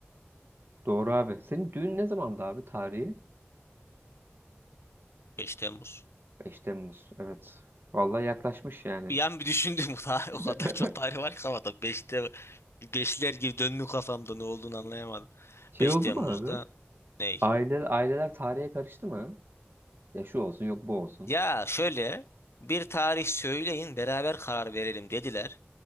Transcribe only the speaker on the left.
5 Temmuz.
Bir an bir düşündüm <laughs> bu
o kadar çok tarih var ki kafamda Beşte 5'ler gibi döndü kafamda ne olduğunu anlayamadım.
5
Temmuz'da
ney?
Ya şöyle bir tarih söyleyin beraber karar verelim dediler.